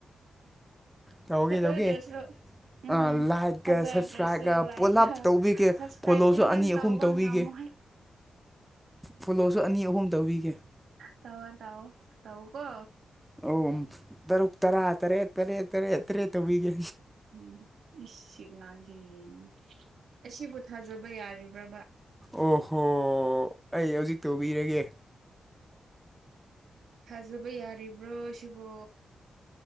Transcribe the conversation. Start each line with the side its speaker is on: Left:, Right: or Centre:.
Centre: ꯇꯧꯒꯦ
Right: ꯐꯖꯗ꯭ꯔꯁꯨ
Centre: ꯇꯧꯒꯦ
Right: ꯎꯝ
Centre: ꯑ ꯂꯥꯏꯛꯀ
Right: ꯐꯖꯗ꯭ꯔꯁꯨ
Centre: ꯁꯞꯁꯀ꯭ꯔꯥꯏꯞꯀ ꯄꯨꯂꯞ
Right: ꯂꯥꯏꯛ
Centre: ꯇꯧꯕꯤꯒꯦ
Right: ꯁꯞꯁꯀ꯭ꯔꯥꯏꯕꯇꯤ
Centre: ꯐꯣꯂꯣꯁꯨ ꯑꯅꯤ
Right: ꯅꯪ ꯇꯧꯕ
Centre: ꯑꯍꯨꯝ ꯇꯧꯕꯤꯒꯦ
Right: ꯉꯝꯃꯣꯏ
Centre: ꯐꯣꯂꯣꯁꯨ ꯑꯅꯤ ꯑꯍꯨꯝ ꯇꯧꯕꯤꯒꯦ
Right: ꯇꯑꯣ ꯇꯑꯣ ꯇꯧ ꯀꯣ
Centre: ꯑꯣ ꯇꯔꯨꯛ ꯇꯔꯥ ꯇꯔꯦꯠ ꯇꯔꯦꯠ ꯇꯔꯦꯠ ꯇꯔꯦꯠ ꯇꯧꯕꯤꯒꯦ
Right: ꯎꯝ ꯏꯒꯥꯡꯁꯤꯦ ꯌꯦꯡꯉꯅꯤ ꯑꯁꯤꯕꯨ ꯊꯥꯖꯕ ꯌꯥꯔꯤꯕ꯭ꯔꯕ
Centre: ꯑꯣꯍꯣ ꯑꯩ ꯍꯧꯖꯤꯛ ꯇꯧꯕꯤꯔꯒꯦ
Right: ꯊꯥꯖꯕ ꯌꯥꯔꯤꯕ꯭ꯔꯣ ꯁꯤꯕꯣ